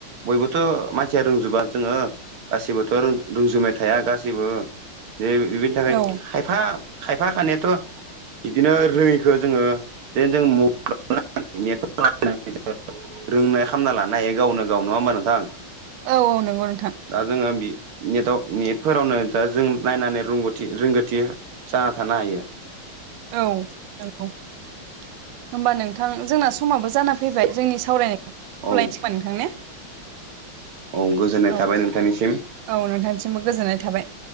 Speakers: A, on the right (about 80°); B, on the right (about 75°).
A: बयबोथ' मानसिया रोंजोबा जोङो गासिबोथ' रों रोंजोबबाय थाया गासिबो जे बिनि थाखायाय
B: औ
A: खायफा खायफा खानायाथ' बिदिनो रोङिखो जोङो ज जोंङो <unintelligible> <unintelligible> रोंनाय खालामामना लानो हायो गावनो गाव नङा होमबा नोंथां?
B: औ-औ नंगौ नोंथां।
A: दा जोङो बि नेटआव नेटफोरावनो दा जों नायनानै रोंगौथि रोंगोथि जाना थानो हायो।
B: औ नोंगौ होनोमबा नोंथां जोंना समाबो जाना फैबाय जोंनि सावरायनाय
A: औ
B: <unintelligible> नोंथां ने
A: औ गोजोननाय
B: औ
A: थाबाय नोंथांनिसिम।
B: औ नोंथांसिमबो गोजोननाय थाबाय।